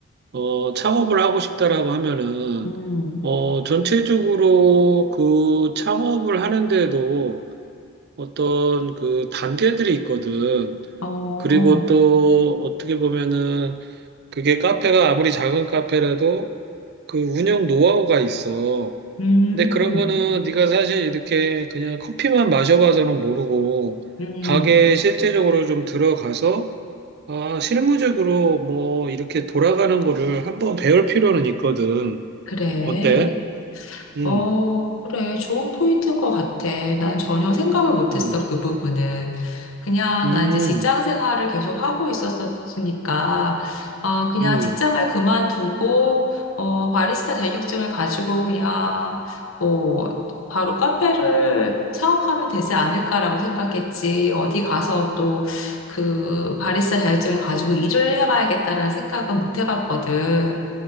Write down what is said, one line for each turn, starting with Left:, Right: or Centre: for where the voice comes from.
Right: 어 창업을 하고 싶다라고 하면은
Left: 음,
Right: 어 전체적으로 그 창업을 하는데도 어떤 그 단계들이 있거든.
Left: 어,
Right: 그리고 또 어떻게 보면은 그게 카페가 아무리 작은 카페라도 그 운영 노하우가 있어.
Left: 음,
Right: 근데 그런 거는 네가 사실 이렇게 그냥 커피만 마셔봐서는 모르고
Left: 음,
Right: 가게에 실제적으로 좀 들어가서 아, 실무적으로 뭐 이렇게 돌아가는 거를 한번 배울 필요는 있거든.
Left: 그래.
Right: 어때? 음,
Left: 어, 그래. 좋은 포인트인 것 같아. 난 전혀 생각을 못했어,
Right: 음,
Left: 그 부분은. 그냥
Right: 음,
Left: 나 이제 직장 생활을 계속 하고 있었으니까, 아, 그냥
Right: 음,
Left: 직장을 그만두고, 어, 바리스타 자격증을 가지고 그냥, 뭐, 바로 카페를 창업하면 되지 않을까라고 생각했지. 어디 가서 또 그 바리스타 자격증을 가지고 일을 해봐야겠다라는 생각은 못 해봤거든.